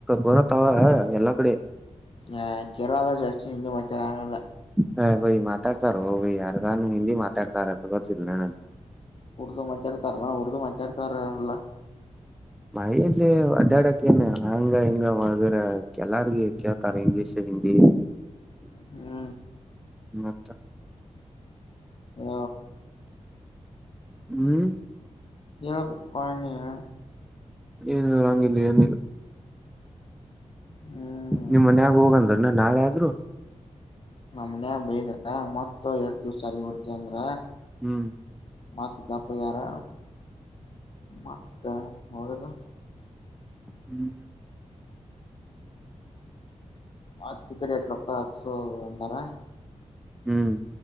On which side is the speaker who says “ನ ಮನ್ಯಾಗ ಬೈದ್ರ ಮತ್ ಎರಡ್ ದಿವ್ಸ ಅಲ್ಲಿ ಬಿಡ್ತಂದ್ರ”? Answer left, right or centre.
Left